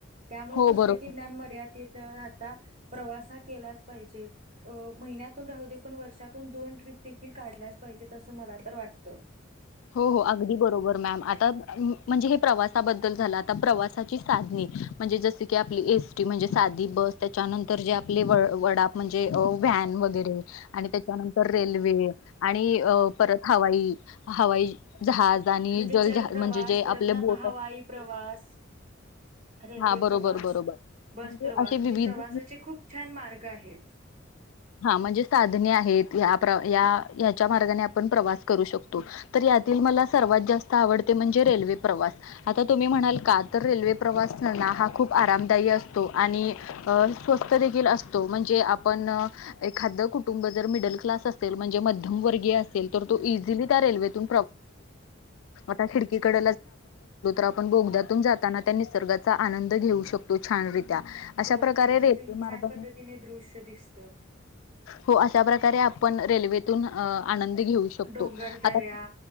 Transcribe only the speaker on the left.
हो
बरोबर
हो हो अगदी बरोबर मॅम, आता म्हणजे हे प्रवासाबद्दल झालं आता प्रवासाची साधणी म्हणजे जस की आपली एसटी. म्हणज साधी बस त्याच्यानंतर जे आपले वडा म्हणजे व्हॅन वगैरे आणि त्याच्या रेल्वे आणि परत हवाई हवाई जहाज. आणि
जलजहाज
म्हणजे जे
आपले
बोट
हा बरोबर
बरोबर
म्हणजे
असे
विविध
हा म्हणजे साधने आहेत या. या हच्या मार्गाने आपण प्रवास करू शकतो तर यातील मला सर्वात जास्त आवडते म्हणजे रे रेल् प्रवास आता तुम्ही म्हणाल का तर रेल्वे प्रवास असना हा खूप आरामदायी असतो आणि स्वस्थ देखील असतो म्हणजे आपण. एखाद कुटुंब जर मिडल क्लास असेल म्हणजे मध्यम वर्गीय असेल तर तो इझिली त्या रेल्वून ो खड आपण बलो ब जना निस चा आनंद घेऊ शकतो छान र अशा
प्रकारे
रेल्वे मार्ग.
हो अशा प्रकारे आपण रेल्वेतून आनंद घेऊ शकतो
आता